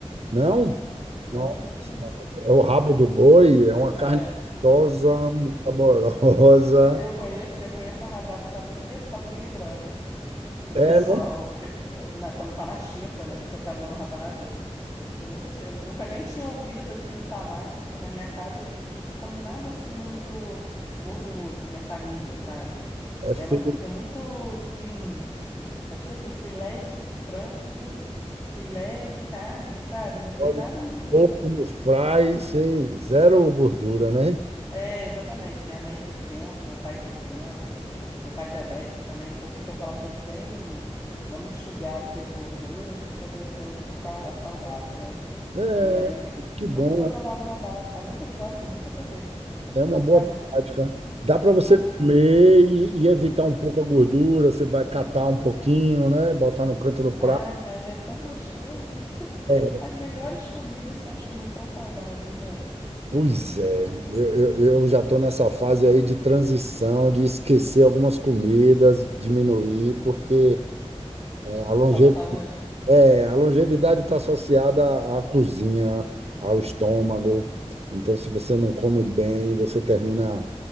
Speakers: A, on the right; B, on the left.
A: Não?
B: Não,
A: Nossa,
B: nunca comi.
A: é o rabo do boi, é uma carne
B: É,
A: gostosa, saborosa.
B: eu conheço, eu conheço a rabada, sabe por quê? Por causa do Big Brother. Que o
A: era
B: pessoal, fica- na- quando tá na xepa, né, fica fazendo rabada. Eu nunca tinha, nunca nem tinha ouvido assim falar, porque na minha casa não se come nada assim muito gorduroso, assim, minha família, sabe?
A: É feito
B: É uma comida muito clean. É tudo assim, filé de frango, filé de carne, sabe? Não tem
A: óleo
B: nada
A: de
B: muito.
A: porco no fry, sem zero gordura, né?
B: É, exatamente. Minha mãe é hipertensa, meu pai é hipertenso, meu pai é diabético também, então fica aquela coisa bem. Vamos enxugar aqui as gorduras para poder todo mundo ficar saudável, né?
A: É,
B: E aí,
A: que bom.
B: nunca tinha provado a rabada. Ah, nunca tinha provado, nunca provei.
A: É uma boa
B: Mas o.
A: prática. Dá para você
B: o-
A: comer e, e evitar um pouco a gordura, você vai catar um pouquinho, né? Botar no canto do prato.
B: Ai, mas é tão gostoso. <laughs>
A: É,
B: As melhores comidas são as que não são saudáveis, né? Por
A: pois é, eu, eu, eu já estou nessa fase aí de transição, de esquecer algumas comidas, diminuir, porque é, a longe,
B: causa da saúde.
A: é, a longevidade está associada à cozinha, ao estômago. Então, se você não come bem, você termina,